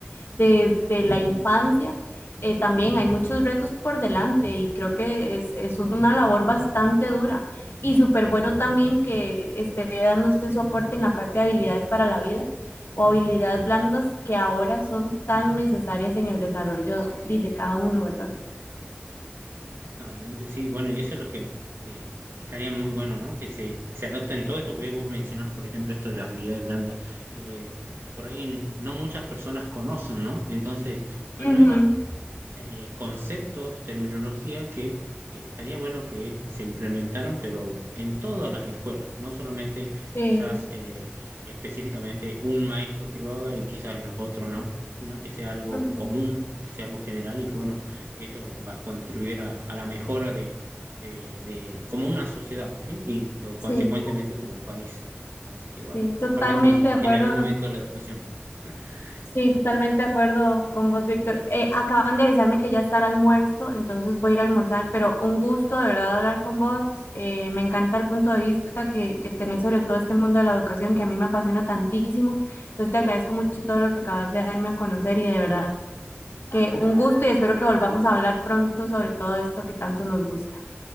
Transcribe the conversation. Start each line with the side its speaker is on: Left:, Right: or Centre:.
Left: desde la infancia, eh, también hay muchos retos por delante y creo que es, es una labor bastante dura y súper bueno también que esté dando usted su aporte en la parte de habilidades para la vida o habilidades blandas que ahora son tan necesarias en el desarrollo de de cada uno, ¿verdad?
Right: realmente sí. Bueno, y eso es lo que eh, estaría muy bueno, ¿no? Que se, se adopten todo esto que vos mencionás, por ejemplo, esto de las habilidades blandas, que por ahí no muchas personas conocen, ¿no? Entonces, son
Left: Ujú,
Right: nuevas eh, conceptos, terminología que eh, estaría bueno que se implementaran, pero en todas las escuelas, no solamente
Left: Sí,
Right: quizás eh, específicamente un maestro que lo haga y quizás los otros no, sino que sea algo
Left: ujú,
Right: común, que sea algo general y que bueno, eso va a contribuir a, a la mejora de, de- de- como una sociedad, ¿sí? Y o,
Left: sí,
Right: consecuentemente como país. Así que bueno,
Left: sí,
Right: ojalá
Left: totalmente
Right: que
Left: de acuerdo
Right: en algún momento la educación. <laughs>
Left: Sí, totalmente de acuerdo con vos, Víctor. Eh, acaban de avisarme que ya está el almuerzo, entonces voy a ir a almorzar, pero un gusto de verdad hablar con vos. Eh, me encanta el punto de vista que, que tenés sobre todo este mundo de la educación que a mí me apasiona tantísimo. Entonces te agradezco mucho todo lo que acabas de darme a conocer y de verdad que un gusto y espero que volvamos a hablar pronto sobre todo esto que tanto nos gusta.